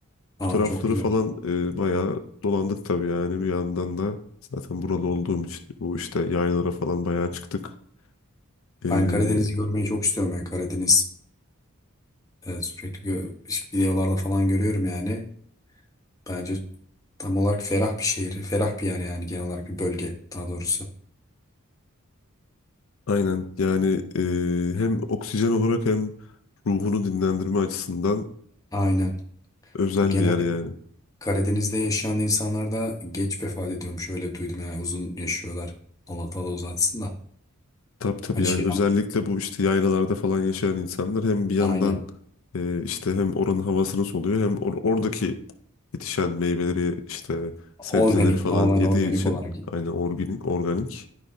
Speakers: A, on the left (about 15°); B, on the left (about 70°).
A: Aa
B: Bu tarafları
A: çok güzel.
B: falan e, bayağı dolandık tabii yani bir yandan da zaten buralı olduğum için bu işte yaylalara falan bayağı çıktık. E,
A: Ben Karadeniz'i görmeyi çok istiyorum ya. Karadeniz Evet, sürekli gö- işte videolarda falan görüyorum yani. Bence tam olarak ferah bir şehir, ferah bir yer yani genel olarak bir bölge daha doğrusu.
B: Aynen yani e, hem oksijen olarak hem ruhunu dinlendirme açısından
A: Aynen.
B: özel
A: Genelde
B: bir yer yani.
A: Karadeniz'de yaşayan insanlar da geç vefat ediyormuş öyle duydum yani uzun yaşıyorlar. Allah Teala uzatsın da.
B: Tabii tabii
A: Hani
B: yani
A: şeyden
B: özellikle bu işte yaylalarda falan yaşayan insanlar hem bir yandan
A: aynen
B: e, işte hem oranın havasını soluyor hem or- oradaki yetişen meyveleri işte sebzeleri
A: organik
B: falan
A: tamamen
B: yediği
A: organik
B: için
A: olarak.
B: aynı organik organik.